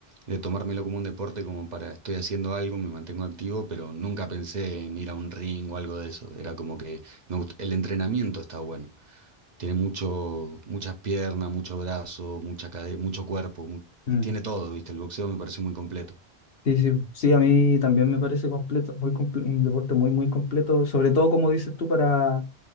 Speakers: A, on the right; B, on the left.
A: de tomármelo como un deporte, como para estoy haciendo algo, me mantengo activo, pero nunca pensé en ir a un ring o algo de eso. Era como que me gust- el entrenamiento está bueno. Tiene mucho, muchas piernas, mucho brazo, mucha cadera, mucho cuerpo. mu-
B: Mm.
A: tiene todo, ¿viste? El boxeo me parece muy completo.
B: Sí, sí, sí, a mí también me parece completo, muy comple- un deporte muy, muy completo, sobre todo como dices tú, para,